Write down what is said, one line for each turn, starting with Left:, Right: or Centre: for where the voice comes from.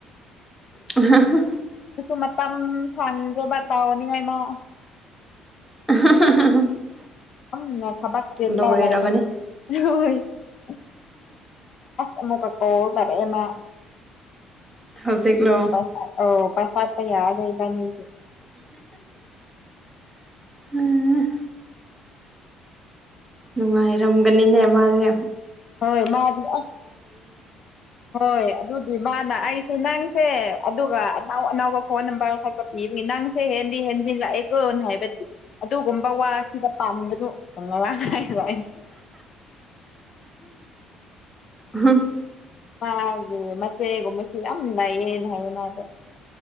Centre: ꯑ
Left: ꯗꯨꯁꯨ ꯃꯇꯝ ꯐꯪꯗ꯭ꯔꯕ ꯇꯥꯎꯅꯤꯡꯉꯥꯏ ꯃꯥ
Centre: <inaudible>
Left: ꯑ <unintelligible> ꯊꯕꯛ ꯆꯤꯜꯂꯦ
Centre: ꯂꯣꯏꯔꯕꯅꯤ
Left: <unintelligible> ꯑ꯭ꯁ ꯑꯃꯨꯛꯀ ꯀꯣꯜ ꯇꯧꯔꯛꯑꯦ ꯃꯥ
Centre: ꯍꯧꯖꯤꯛꯂꯣ
Left: ꯑꯗꯨꯗꯤ ꯄꯁꯥ ꯑ ꯄꯩꯁꯥꯠꯄ <unintelligible> ꯌꯥꯔꯔꯣꯏ ꯏꯗꯤ
Centre: ꯎꯝ ꯅꯨꯡꯉꯥꯏꯔꯝꯒꯅꯤꯅꯦ ꯃꯥꯗꯤ
Left: ꯍꯣꯏ ꯃꯥꯗꯤ ꯑ꯭ꯁ ꯍꯣꯏ ꯑꯗꯨꯒꯤ ꯃꯥꯅ ꯑꯩꯁꯦ ꯅꯪꯁꯦ ꯑꯗꯨꯒ ꯑꯅꯧ ꯑꯅꯧꯕ ꯐꯣꯟ ꯅꯝꯕꯔ ꯈ <unintelligible> ꯅꯪꯁꯦ ꯍꯦꯟꯗꯤ ꯍꯟꯖꯤꯜꯂꯛ ꯑꯦꯀꯣ ꯍꯥꯏꯕꯗꯤ ꯑꯗꯨꯒꯨꯝꯕ ꯋꯥ ꯑꯁꯤꯗ ꯄꯥꯝꯒꯅꯨ ꯐꯪꯉꯔ <unintelligible> ꯍꯥꯏꯔ <unintelligible> ꯑꯩ
Centre: ꯍꯝ
Left: <unintelligible> ꯃꯆꯦꯒꯨꯝꯕꯁꯦ ꯌꯥꯝ ꯅꯩꯌꯦ ꯍꯥꯏꯕ ꯃꯥꯗꯣ